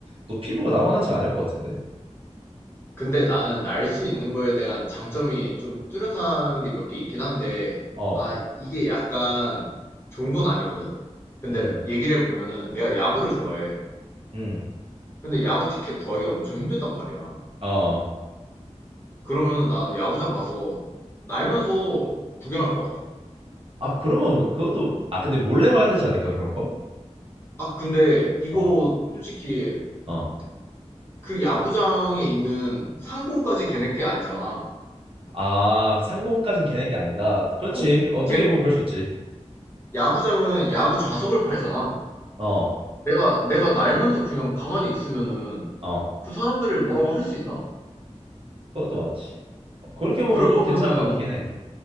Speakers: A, on the right; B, on the left.
A: 너 피부가
B: 아.
A: 남아나지 않을 것 같은데?
B: 근데 나는 날 수 있는 거에 대한 장점이 좀 뚜렷한 게 몇 개 있긴 한데,
A: 어,
B: 아, 이게 약간 좋은 건 아니거든? 근데
A: 음,
B: 얘기를 해보면은 내가 야구를 좋아해.
A: 음,
B: 근데 야구 티켓 구하기가 엄청 힘들단 말이야.
A: 어.
B: 그러면은 나는 야구장 가서 날면서 구경할 것 같아.
A: 아 그러면 그것도 아 근데 몰래 봐야 되지 않을까 그런 거?
B: 아, 근데 이거
A: 어,
B: 솔직히
A: 어.
B: 그 야구장에 있는 상공까지 걔네 게 아니잖아.
A: 아 상공까진 걔네 게 아니다. 그렇지.
B: 어,
A: 어떻게
B: 걔,
A: 보면 그럴 수 있지.
B: 야구장은 야구 좌석을 팔잖아.
A: 어,
B: 내가 내가 날면서 그냥 가만히 있으면은
A: 어.
B: 그 사람들이 뭐라고 할 수 있나?
A: 그것도 맞지. 어, 그렇게
B: 어.
A: 보면
B: 그럴
A: 또
B: 거면은
A: 괜찮은 것 같긴 해.